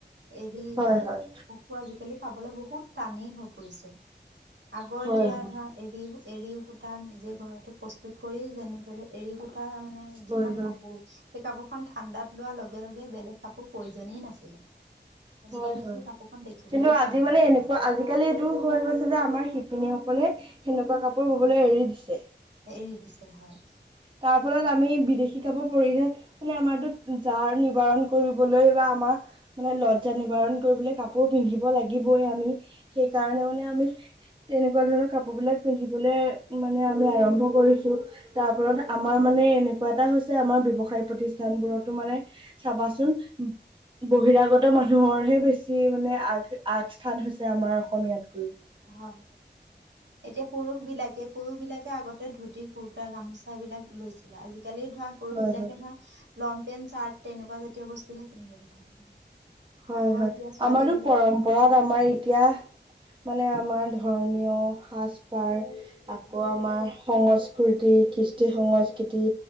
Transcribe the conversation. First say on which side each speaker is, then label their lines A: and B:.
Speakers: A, on the right; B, on the right.
A: এৰি
B: হয়
A: এ,
B: হয়
A: পকু আজিকালি খাবলৈ বহুত টানি হৈ পৰিছে। আগৰ
B: হয়
A: এতিয়া
B: হয়
A: ধৰা এৰি, এৰি নিজে ঘৰতে প্ৰস্তুত কৰি যেনেদৰে এৰী সুতা মানে
B: হয়
A: যিখন
B: হয়।
A: কাপোৰ সেই কাপোৰ খন ঠাণ্ডাত লোৱাৰ লগে, লগে বেলেগ কাপোৰ প্ৰয়োই নাছিলে। আজিকালি
B: হয়, হয়
A: সেই কাপোৰখন দেখিবলৈ
B: কিন্তু
A: পোৱা
B: আজি
A: নোযোৱা
B: মানে এনেকুৱা
A: হৈছে
B: আজিকালি এইটো হৈ, গৈছে যে আমাৰ শিপিনীসকল সকলে সেনেকুৱা কাপোৰ বোবলৈ এৰি দিছে।
A: এৰি দিছে হয়।
B: তাৰ ফলত আমি বিদেশী শিকাব পৰিলে মানে আমাৰত যাৰ নিবাৰণ কৰিবলৈ বা আমাৰ মানে লজ্জা নিব ণ কৰিবলৈ কাপোৰ পিন্ধিব লাগিবই আমি সেইকাৰণে মানে আমি তেনেকুৱা ধৰণৰ কাপোৰ বিলাক পিন্ধিবলৈ মানে আমি আৰম্ভ কৰিছো তাৰ ফলত আমাৰ মানে এনেকুৱা এটা হৈছে আমাৰ ব্য্ৱসায় প্ৰতিষ্ঠানবোৰতো মানে চাবাচোন বহিৰাগত মানুহৰ হে বেছি মানে আগ আগস্থান হৈছে আমাৰ অসমীয়াতকৈও।
A: হয়। এতিয়া পুৰুষ বিলাকে পুৰুষ বিলাকে আগতে ধুতি কুুৰ্তা গামোচা এইবিলাক লৈছিলে আজিালি আজিকালি ধৰা পুৰুষ
B: হয়
A: বিলাকে
B: হয়।
A: ধৰ লং পেণ্ট চাৰ্ট তেনেকুৱা জাতীয় বস্তুহে পিন্ধিবলৈ ধৰিলে।
B: হয়,
A: আগৰ
B: হয়
A: এতিয়া ছোৱালী
B: আমাৰো
A: বিলাকে
B: পৰম্পৰাত আমাৰ এতিয়া মানে আমাৰ ধৰ্মীয় সাজপাৰ আকৌ
A: হয়
B: আমাৰ সংস্ কৃতি কৃষ্টি সংস্কৃতি